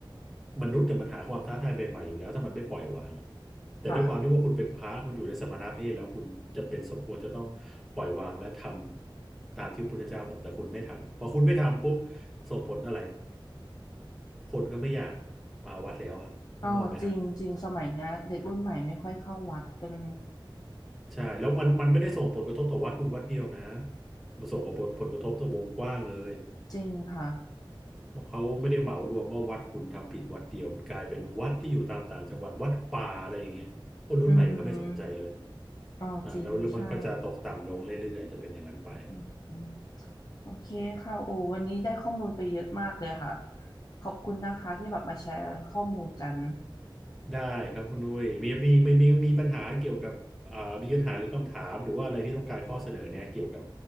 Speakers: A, in the centre; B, on the left.
A: มนุษย์แต่ยมันหาความท้าทายใหม่ๆอยู่แล้วถ้ามันไม่ปล่อยวางอะแต่ด้วยความที่ว่าคุณเป็นพระคุณอยู่ในสมณเพศแล้วคุณจะเป็นสมควรจะต้องปล่อยวางและท
B: ค่ะ
A: ำตามที่พระพุทธเจ้าบอกแต่คุณไม่ทำพอคุณไม่ทำปุ๊บส่งผลอะไรคนก็ไม่อยากมาวัดแล้วอะนึกออกไหมฮะ
B: ก็จริงจริงสมัยเนี้ยเด็กรุ่นใหม่ไม่ค่อยเข้าวัดกัน
A: ใช่แล้วมันมันไม่ได้ส่งผลกระทบต่อวัดคุณวัดเดียวนะมันส่งผลผลกระทบต่อวงกว้างเลย
B: จริงค่ะ
A: เพราะเขาไม่ได้เหมารวมว่าวัดคุณทำผิดวัดเดียวมันกลายเป็นวัดที่อยู่ตามต่างจังหวัดวัดป่าอะไรอย่างเงี้ยคนรุ่นใหม่ก็ไม่สนใจเลย
B: อืมก็จริงใช่
A: อ่าแล้วแล้วมันก็จะตกต่ำลงเรื่อยๆจะเป็นอย่างนั้นไป
B: อืมอืมโอเคค่ะโอ้วันนี้ได้ข้อมูลไปเยอะมากเลยค่ะขอบคุณนะคะที่แบบมาแชร์ข้อมูลกัน
A: ได้ครับคุณนุ้ยมีมีมีมีมีปัญหาเกี่ยวกับอ่ามีปัญหาหรือคำถามหรือว่าอะไรที่ต้องการข้อเสนอเนยเกี่ยวกับ